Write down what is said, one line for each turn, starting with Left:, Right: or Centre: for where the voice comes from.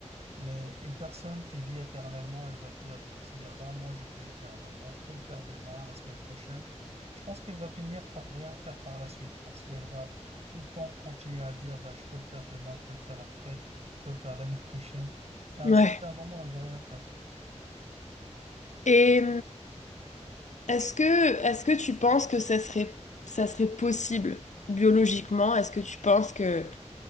Right: Mais une personne qui vit éternellement, elle va dire, se dire, ben moi je vis éternellement, je peux le faire demain, la semaine prochaine. Je pense qu'elle va finir par rien faire par la suite parce qu'elle va tout le temps continuer à dire, ben je peux le faire demain, je peux le faire après, je peux le faire l'année <laughs> prochaine. Et à
Left: Ouais.
Right: un certain moment, elle va rien faire.
Left: Et Est-ce que, est-ce que tu penses que ça serait, ça serait possible biologiquement? Est-ce que tu penses que,